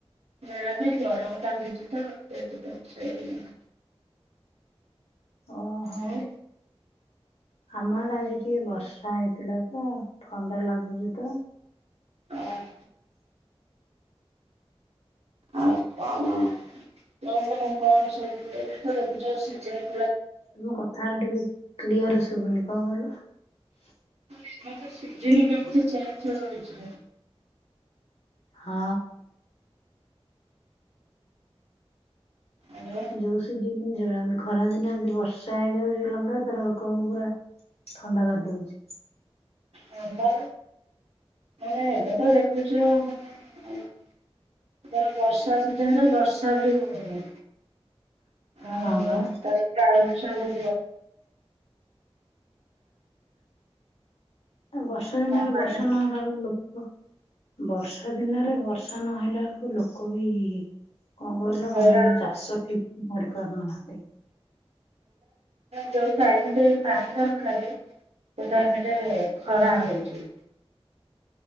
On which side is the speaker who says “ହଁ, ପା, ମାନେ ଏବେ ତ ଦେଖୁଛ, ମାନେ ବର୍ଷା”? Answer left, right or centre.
Right